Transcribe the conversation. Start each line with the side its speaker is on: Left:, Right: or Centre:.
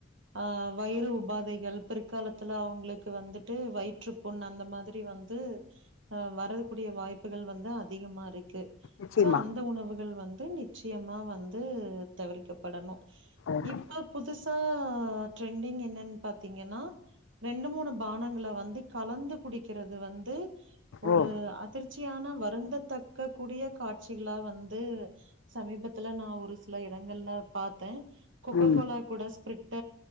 Right: ஆ வயிறு உபாதைகள் பிற்காலத் துல அவுங்ளுக்கு வந்துட்டு வயிற்று புண் அந்த மாதிரி வந்து வரக்கூடிய வாய் ப்புகள் வந்து அதிகமாருக்கு
Left: நிச்சயமா
Right: ஸோ அந்த உணவுகள் வந்து நிச்சயமா வந்து தவிர்க்கப்படணு
Left: ஓகே
Right: இப்ப புதுசா ட்ரெண்டிங் என்னன் பாத்தீங்கன்னா ரெண்டு மூணு பானங்கள வந்து கலந்து குடிக்கிறது வந்து ஒரு
Left: ஓ
Right: அதிர் ச்சியான வருந்ததக்க கூடிய காட்சிகளா வந்து சமீபத்துல நா ஒரு சில இடங்கள்ல பாத்தே கொக்ககோலா
Left: ம்
Right: கூட ஸ்பிரிட்ட